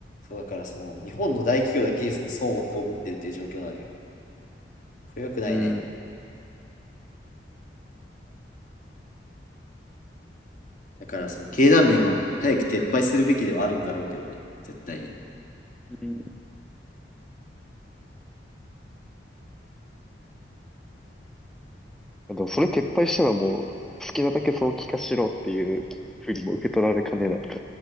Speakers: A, on the left; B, in the centre.
A: そうだからその日本の大企業だけその損を被ってるっていう状況なんよ。これ良くないね。
B: うん。
A: だからその経団連は早く撤廃するべきではあるんだろうけどね、絶対に。
B: うん。でもそれ撤廃したらもう、好きなだけ早期化しろっていうふうにも受け取られかねないか